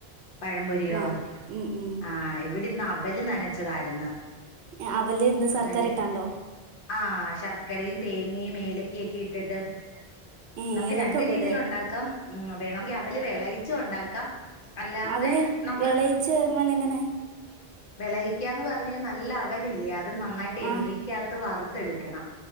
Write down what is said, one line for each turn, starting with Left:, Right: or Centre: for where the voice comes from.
Left: പഴംപൊരിയോ
Right: ആ ഉം ഉം
Left: ആഹ് ഇവിടന്ന് അവല് നനച്ചതായിരുന്നു
Right: ഏ, അവല് എന്ത് ശർക്കര
Left: അവല്
Right: ഇട്ടാണ്ടോ
Left: ആ ശർക്കരയും തേങ്ങയും ഏലക്കൊക്കെ ഇട്ടിട്ട്
Right: <unintelligible>
Left: നമുക്ക്
Right: ഏലക്കൊക്കെ
Left: രണ്ടു രീതിൽ
Right: ഇടോ
Left: ഉണ്ടാക്കാം ഉം വേണമെങ്കിൽ അവല് വെളയിച്ച് ഉണ്ടാക്കാം അല്ലാതെ
Right: അവല്
Left: നമ്മള്
Right: <unintelligible> എങ്ങനെ
Left: വിളയിക്കാന്ന് പറഞ്ഞാല് നല്ല അവലില്ലേ അത് നന്നായിട്ട്
Right: ആഹ്
Left: നെയ്ക്കാത്ത് വറുത്തെടുക്കണം